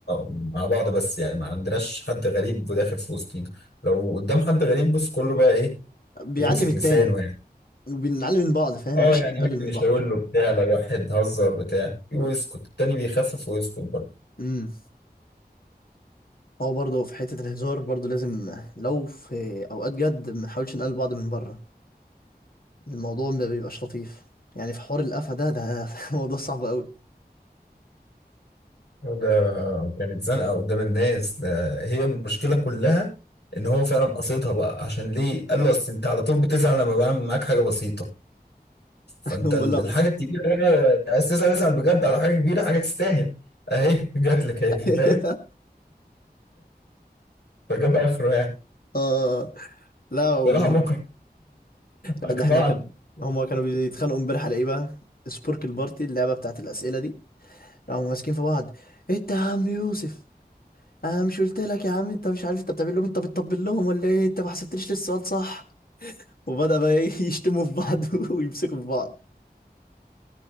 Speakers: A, on the left (about 85°); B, on the left (about 60°).
A: مع بعض بس يعني ما عندناش حد غريب داخل في وسطينا لو قدام حد غريب بص كله بقى ايه
B: بيعلم
A: بيمسك
B: التاني
A: لسانه يعني
B: وبنعلم من بعض فاهم
A: اه
B: مش
A: يعني
B: بنقلل
A: ممكن
B: من
A: يشاور
B: بعض
A: له بتاع لو واحد هزر بتاع ويسكت التاني بيخفف ويسكت برضه
B: امم هو برضه في حته الهزار برضه لازم لو في اوقات جد ما نحاولش نقلل بعض من بره الموضوع ما بيبقاش لطيف يعني في حوار القفا ده ده <laughs> موضوع صعب قوي
A: ده كانت زنقة قدام الناس ده هي المشكلة كلها ان هو فعلا قصدها بقى عشان ليه قال له اصل انت على طول بتزعل لما بعمل معاك حاجة بسيطة فانت
B: هم
A: ال-
B: لا
A: الحاجة الكبيرة هنا عايز تزعل ازعل بجد على حاجة كبيرة حاجة تستاهل اهي جات لك اهي
B: <laughs>
A: فاهم فجاب اخره يعني
B: اه لا وم-
A: بصراحة ممكن <laughs> اقنعني
B: لا، ده احنا كان هما كانوا بيتخانقوا امبارح على ايه بقى سبورك البارتي اللعبه بتاعت الاسئله دي قاموا ماسكين في بعض انت يا عم يوسف انا مش قلت لك يا عم انت مش عارف انت بتعمل لهم إيه؟ انت بتطبل لهم ولا ايه انت ما حسبتليش لسه السؤال صح وبدأ بقى ايه <laughs> يشتموا في بعض <laughs> ويمسكوا في بعض